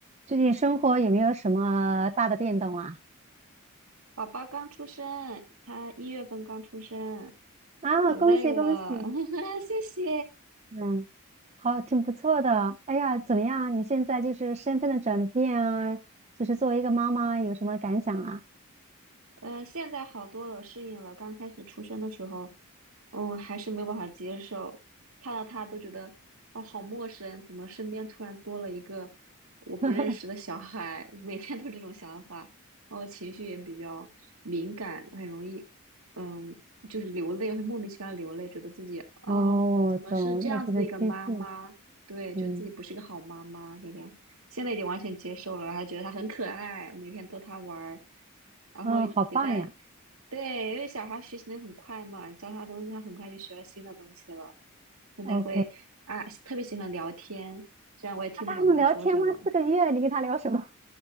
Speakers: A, on the right; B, on the right.
A: 最近生活有没有什么大的变动啊？
B: 宝宝刚出生，他一月份刚出生，
A: 啊，
B: 可累了，
A: 恭喜恭喜！
B: <laughs> 谢谢。
A: 嗯，好，挺不错的。哎呀，怎么样？你现在就是身份的转变啊，就是作为一个妈妈，有什么感想啊？
B: 呃，现在好多了，适应了。刚开始出生的时候，嗯，还是没有办法接受，看到他都觉得哦，好陌生，怎么身边突然多了一个我不认识的小孩？
A: <laughs>
B: <laughs> 每天都有这种想法，然后情绪也比较敏感，很容易，嗯，就是流泪，会莫名其妙流泪，觉得自己啊，
A: 哦，
B: 怎么是这样子的一个妈妈？
A: 懂，那就是激素。
B: 对，
A: 嗯，
B: 觉得自己不是一个好妈妈，就这样。现在已经完全接受了，还觉得它很可爱，我每天逗它玩儿，然后也在，
A: 啊，好棒呀。
B: 对，因为小孩儿学习能很快嘛，教他东西，他很快就学了新的东西了。现在会啊，
A: OK，
B: 特别喜欢聊天，虽然我也听不懂他在说什么，
A: 那他还能聊天吗？四个月，你跟他聊什么？